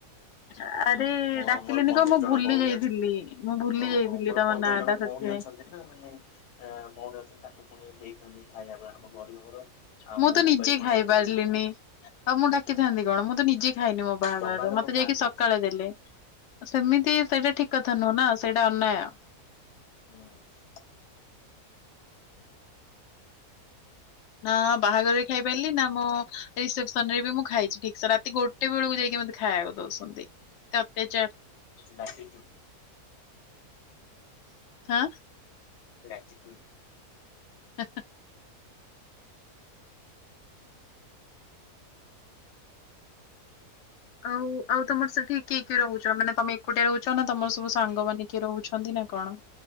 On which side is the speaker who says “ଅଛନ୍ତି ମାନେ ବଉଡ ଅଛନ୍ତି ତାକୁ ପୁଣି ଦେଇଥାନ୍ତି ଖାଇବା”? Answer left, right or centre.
Left